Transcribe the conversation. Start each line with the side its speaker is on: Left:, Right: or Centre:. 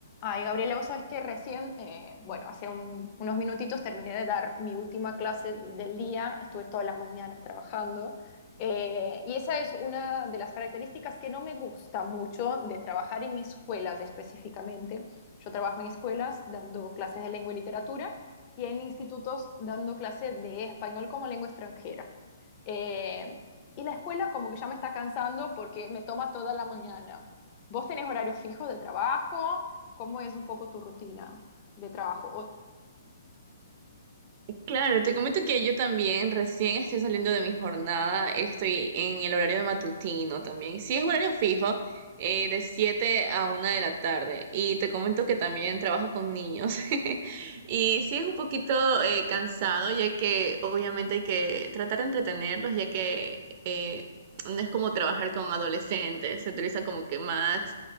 Left: Ay, Gabriela, vos sabés que recién, eh, bueno, hace un- unos minutitos terminé de dar mi última clase del día, estuve toda la mañana trabajando, eh, y esa es una de las características que no me gusta mucho de trabajar en escuelas específicamente. Yo trabajo en escuelas dando clases de lengua y literatura y en institutos dando clases de español como lengua extranjera. Eh, y la escuela como que ya me está cansando porque me toma toda la mañana. ¿Vos tenés horarios fijos de trabajo? ¿Cómo es un poco tu rutina de trabajo? O,
Right: Claro, te comento que yo también recién estoy saliendo de mi jornada, estoy en el horario de matutino también. Sí, es horario fijo, eh, de 7 a una de la tarde. Y te comento que también trabajo con niños. <laughs> Y sí es un poquito eh, cansado, ya que obviamente hay que tratar de entretenerlos, ya que eh, no es como trabajar con adolescentes, se utiliza como que más